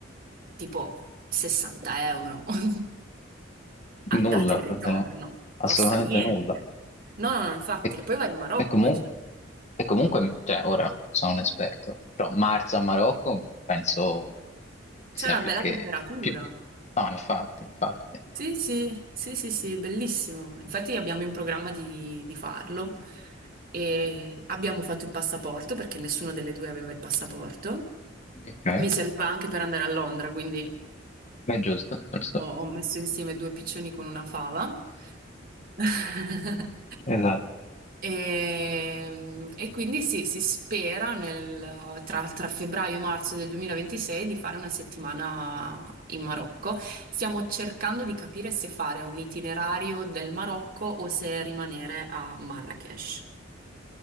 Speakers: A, on the right; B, on the left.
A: tipo 60 euro, <laughs> andate
B: Nulla,
A: e ritorno,
B: praticamente. assolutamente
A: costa niente.
B: nulla.
A: No, no, no, infatti,
B: E,
A: e poi vai in Marocco,
B: e comu-
A: cioè,
B: e comunque, cioè, ora non sono un esperto, però Marzo a Marocco penso sia
A: c'è una
B: più
A: bella
B: che...
A: temperatura.
B: Più... No, infatti, infatti.
A: Sì, sì, sì, sì, sì, bellissimo. Infatti abbiamo in programma di, di farlo e abbiamo fatto il passaporto perché nessuno delle due aveva il passaporto.
B: Ok,
A: Mi serviva anche per andare a Londra, quindi
B: è giusto, è giusto.
A: ho, ho messo insieme due piccioni con una fava. <laughs>
B: Esatto.
A: E, e quindi sì, si spera nel- tra, tra febbraio e marzo del 2026 di fare una settimana in Marocco. Stiamo cercando di capire se fare un itinerario del Marocco o se rimanere a Marrakech.